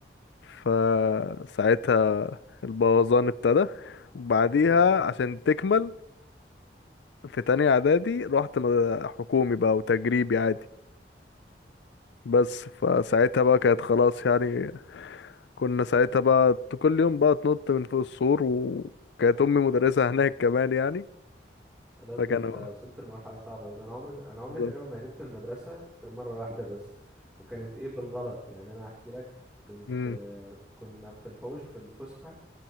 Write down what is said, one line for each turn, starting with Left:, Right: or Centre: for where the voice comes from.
Left: فساعتها البوظان ابتدى وبعديها
Centre: <laughs>
Left: عشان تكمل في تانية اعدادي رحت م- حكومي بقى وتجريبي عادي بس فساعتها بقى كانت خلاص يعني كنا ساعتها بقى ت- كل يوم بقى تنط من فوق السور وكانت امي مدرسة <laughs> هناك كمان يعني
Centre: خلاص
Left: فكانوا
Centre: ده انت وصلت لمرحلة صعبة أوي. ده انا عمري ما... انا عمري
Left: بالظبط.
Centre: تقريبا ما هربت من المدرسة غير مرة واحدة بس وكانت ايه بالغلط يعني انا احكي لك كنت
Left: مم.
Centre: آه، كنا في الحوش في الفسحة